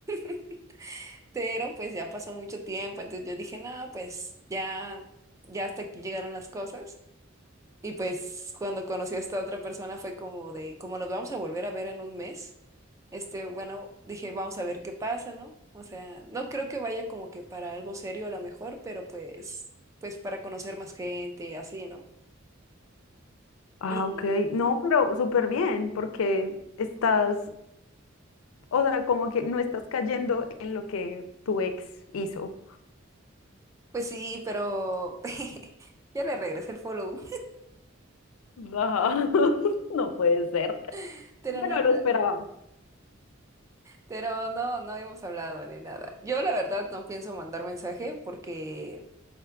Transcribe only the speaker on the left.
Ah,
ok. No, pero súper bien, porque estás, o sea, como que no estás cayendo en lo que tu ex hizo.
Ajá. <laughs> No puede ser.
Bueno,
lo esperaba.